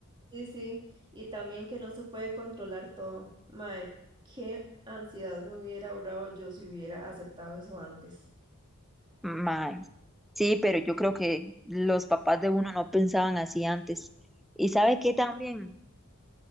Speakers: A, on the right; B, in the centre.
A: sí, sí. Y también que no se puede controlar todo. Mae, qué ansiedad me hubiera ahorrado yo si hubiera aceptado eso antes.
B: Mae. Sí, pero yo creo que los papás de uno no pensaban así antes. Y sabe qué también,